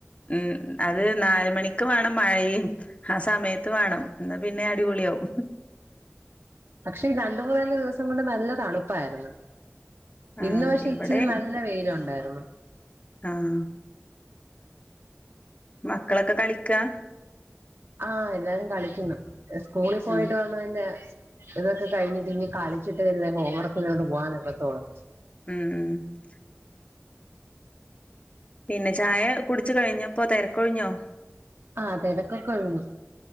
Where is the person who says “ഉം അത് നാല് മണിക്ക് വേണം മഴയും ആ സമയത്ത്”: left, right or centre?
Left